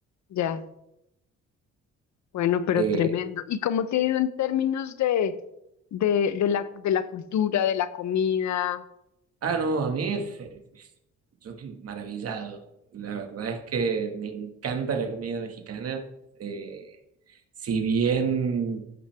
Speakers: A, on the left; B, on the right.
A: ya, bueno, pero
B: Eh,
A: tremendo. ¿Y cómo te ha ido en términos de, de, de la, de la cultura, de la comida,
B: ah, no, a mí es- es- yo estoy maravillado. La verdad es que me encanta la comida mexicana. Eh, si bien